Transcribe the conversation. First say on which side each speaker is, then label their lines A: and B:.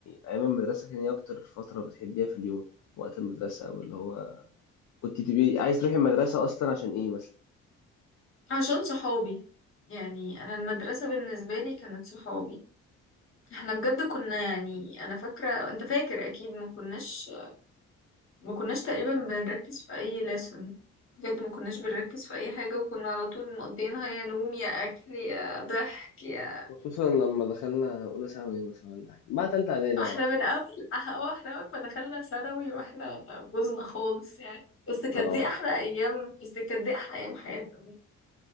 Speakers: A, on the left; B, on the left.
A: أيام المدرسة كان ايه أكتر فترة بتحبيها في اليوم وقت المدرسة أو اللي هو كنت تبقي عايز تروحي المدرسة أصلا عشان ايه مثلا؟
B: عشان صحابي يعني انا المدرسة بالنسبة لي كانت صحابي احنا بجد كنا يعني انا فاكرة انت فاكر اكيد ما كناش ما كناش تقريبا بنركز في اي لسن بجد ما كناش بنركز في اي حاجة وكنا على طول مقضيينها يا نوم يا اكل يا ضحك يا
A: خصوصا لما دخلنا أولى ثانوي مثلا ولا حاجة بعد تالتة إعدادي
B: <laughs>
A: على
B: احنا
A: طول
B: من اول أح- اه احنا اول ما دخلنا ثانوي واحنا بوظنا خالص يعني بس كانت
A: اه
B: دي احلى ايام بس كانت دي احلى ايام حياتنا